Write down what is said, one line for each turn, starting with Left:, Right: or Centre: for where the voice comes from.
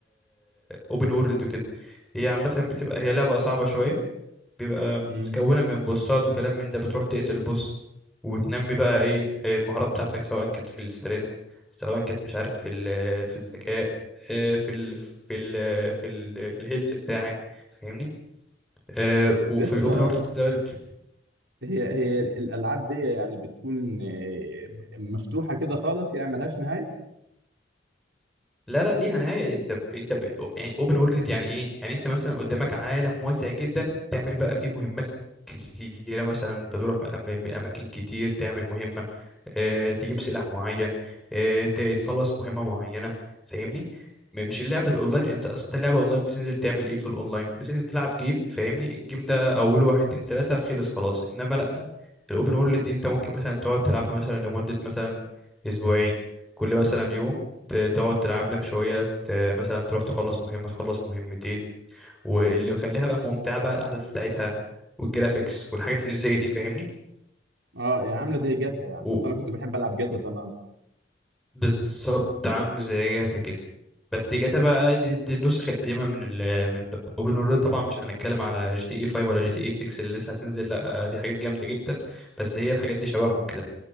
Centre: اوبن وورلد وكده هي عامة بتبقى هي لعبة صعبة شوية بيبقى متكونة
Right: امم
Centre: من بوسات وكلام من ده بتروح تقتل بوس وتنمي بقى ايه المهارات بتاعتك سواء كانت في السترينث سواء كانت مش عارف في ال- في الذكاء آه، في ال في ال في ال في الهيلث بتاعك فاهمني آه،
Right: طب
Centre: وفي
Right: يا اسطى
Centre: الاوبن وورلد ده بت-
Right: هي هي الالعاب دي يعني بتكون آه، م- مفتوحه كده خالص يعني ملهاش نهايه
Centre: لا لا ليها نهايه انت ب... انت ب... اوبن وورلد يعني ايه يعني انت مثلا قدامك عالم واسع جدا تعمل بقى فيه مهمات كتيره مثلا بتروح من أم- من اماكن كتير تعمل مهمه آه، تجيب سلاح معين آه، ت- تخلص مهمة معينة فاهمني م- مش اللعب الاونلاين انت اصلا انت اللعبة اونلاين بتنزل تعمل ايه في الاونلاين بتنزل تلعب جيم فاهمني الجيم ده اوله واحد اتنين تلاتة خلص خلاص انما لا الاوبن وورلد دي انت ممكن مثلا تقعد تلعبها مثلا لمدة مثلا اسبوعين كل مثلا يوم ت- تقعد تلعب لك شوية ت- مثلا تروح تخلص مهمة تخلص مهمتين واللي مخليها بقى ممتعة بقى الأحداث بتاعتها والجرافيكس والحاجات اللي زي دي فاهمني
Right: اه يعني عامله زي جاتا يعني
Centre: و-
Right: اصل انا كنت بحب العب جاتا زمان
Centre: بالظبط عامل زي جاتا كده بس جاتا بقى دي, دي النسخ القديمه من ال من اوبن وورلد طبعا مش هنتكلم على جي تي اي 5 ولا جي تي اي 6 اللي لسه هتنزل لا دي حاجات جامده جدا بس هي الحاجات دي شبههم كده